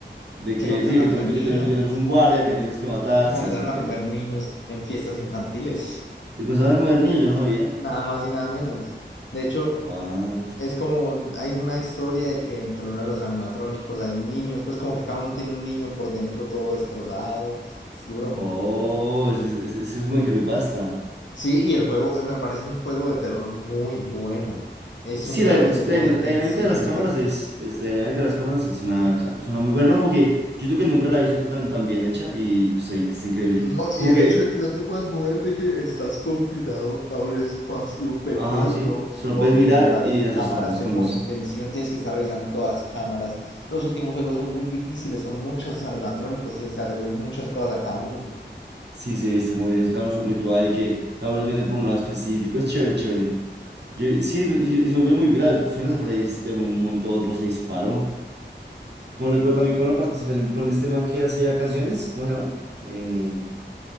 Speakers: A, on the right; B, on the left.
A: De
B: Se
A: que,
B: comenzaron
A: sí, que
B: a comer
A: tú, que tú-
B: niños.
A: que tú- que tú eres un guardia
B: Se comenzaron,
A: que tienes que matar.
B: se
A: Sí,
B: comenzaron
A: sí, entiendo.
B: a comer niños en fiestas infantiles.
A: Te comenzaban a comer niños, yo no sabía.
B: Nada más y nada menos. De hecho,
A: What?
B: es como, hay una historia de que dentro de uno de los animatrónicos hay niños, pues como que cada uno tiene un niño por dentro todo destrozado. Es duro.
A: Oh, eso es, eso es eso es muy creepypasta.
B: Sí, y el juego eh, me parece un juego de terror muy bueno. Es
A: Sí,
B: un juego
A: la, la-
B: que te pone en
A: la
B: tensión,
A: dinámica de las cámaras
B: que...
A: es, es, la dinámica de las cámaras es una, ca- es una muy buena, ¿no? Como que yo creo que nunca la he visto tan, tan bien hecha y pues, sí, que es increíble.
B: No,
A: Como
B: y el
A: que,
B: hecho de que no te puedas mover, de que estás confinado a un espacio pequeño.
A: ajá, sí, solo
B: Todo
A: puedes
B: lo
A: mirar
B: que tienes para ver
A: y
B: son
A: asustarlos
B: cámaras, te
A: con
B: pone
A: los...
B: en tensión, tienes que estar revisando todas las cámaras. Los últimos juegos son muy difíciles, son muchos animatrónicos, tienes que hacerles muchas cosas a cada uno.
A: Sí, sí, he visto como que tienes cada uno su ritual y que cada uno viene por un lado específico. Es chévere, chévere. Yo- sí, y, y se volvió muy viral. Finas Freddy's de un momento a otro se disparó. Con la, con- también con la participación con este man que hacía canciones, ¿cómo se llama? Eh,